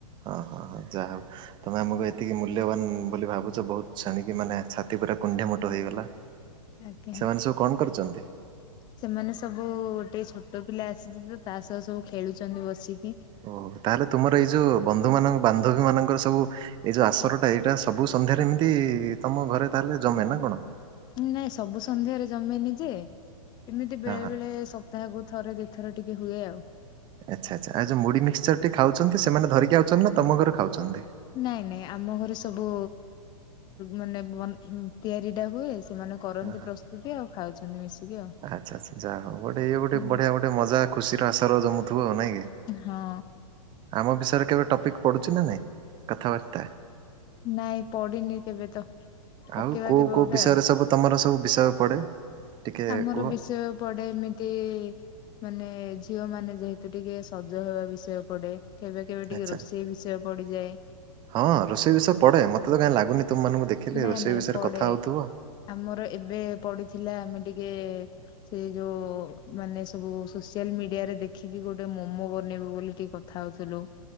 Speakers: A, on the right (about 25°); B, on the left (about 25°).
A: ହଁ ହଁ ହଁ ଯାହା ହଉ। ତମେ ଆମକୁ ଏତିକି ମୂଲ୍ୟବାନ ବୋଲି ଭାବୁଛ ବହୁତ ଶାଣିକି ମାନେ ଛାତି ପୁରା କୁଣ୍ଢେ ମୋଟ ହେଇଗଲା।
B: ଆଜ୍ଞା
A: ସେମାନେ ସବୁ କଣ କରୁଛନ୍ତି?
B: ସେମାନେ ସବୁ ଗୋଟେ ଛୋଟ ପିଲା ଆସିଛି ତ ତା ସହ ସବୁ ଖେଳୁଛନ୍ତି ବସିକି।
A: ଓ ତାହେଲେ ତୁମର ଏଇ ଯୋଉ ବନ୍ଧୁମାନ ବାନ୍ଧବୀ ମାନଙ୍କର ସବୁ ଏଇ ଯୋଉ ଆସରଟା ଏଇଟା ସବୁ ସନ୍ଧ୍ୟାରେ ଏମିତି ତମ ଘରେ ତାହେଲେ ଜମେ ନା କଣ?
B: ନାଇଁ ସବୁ ସନ୍ଧ୍ୟାରେ ଜମେନି ଯେ ଏମିତି ବେଳେ
A: ହଁ ହଁ
B: ବେଳେ ସ ତାହାକୁ ଥରେ ଦୁ ଥର ଟିକେ ହୁଏ ଆଉ।
A: ଆଚ୍ଛା ଆଚ୍ଛା ଆଉ ଯୋ ମୁଢ ମିକ୍ଚର ଟି ଖାଉଛନ୍ତି ସେମାନେ ଧରିକି ଆାଉଛନ୍ତି ନା ତମ ଘର ଖାଉଛନ୍ତି?
B: ନାଇଁ ନାଇଁ ଆମ ଘରେ ସବୁ ମାନେ ତିଆରି ଟା ହୁଏ। ସେମାନେ କରନ୍ତି
A: ହଁ ହଁ
B: ପ୍ରସ୍ତୁତି ଆଉ ଖାଉଛନ୍ତି ମିଶିକି ଆଉ ହୁଁ।
A: ଆଚ୍ଛା ଆଚ୍ଛା ଯାହା ହଉ ଗୋଟେ ଇଏ ଗୋଟେ ବଢିଆ ଗୋଟେ ମଜା ଖୁସିର ଆସର ଜମୁଥିବ ଆଉ ନାଇଁ କିଁ?
B: ହଁ
A: ଆମ ବିଷୟରେ କେବେ ଟପିକ୍ ପଡ଼ୁଛି ନା ନାଇଁ କଥାବାର୍ତ୍ତା?
B: ନାଇଁ ପଡିନି କେବେ ତ। ପକେଇବା
A: ଆଉ କୋଉ
B: କେବେ
A: କୋଉ
B: ଗୋଟେ
A: ବିଷୟରେ
B: ଆଉ
A: ସବୁ ତମର ସବୁ ବିଷୟ ପଡେ? ଟିକେ
B: ଆମର
A: କୁହ?
B: ବିଷୟ ପଡେ ଏମିତି ମାନେ ଝିଅ ମାନେ ଯେହେତୁ ଟିକେ ସଜ ହେବା ବିଷୟ ପଡେ କେବେ କେବେ ଟିକେ
A: ଆଚ୍ଛା
B: ରୋଷେଇ ବିଷୟ ପଡିଯାଏ।
A: ହଁ ରୋଷେଇ ବିଷୟ ପଡ଼େ ମୋତେ ତ କାହିଁ ଲାଗୁନି ତୁମମାନଙ୍କୁ ଦେଖିଲେ
B: ନାଇଁ
A: ରୋଷେଇ
B: ନାଇଁ
A: ବିଷୟରେ
B: ପଡେ
A: କଥା ହଉଥିବ।
B: ଆମର ଏବେ ପଡିଥିଲା ଆମେ ଟିକେ। ସେ ଯୋଉ ମାନେ ସବୁ ସୋସିଆଲ ମିଡିଆରେ ଦେଖିକି ଗୋଟେ ମୋମୋ ବନେଇବୁ ବୋଲି ଟିକେ। କଥା ହଉଥିଲୁ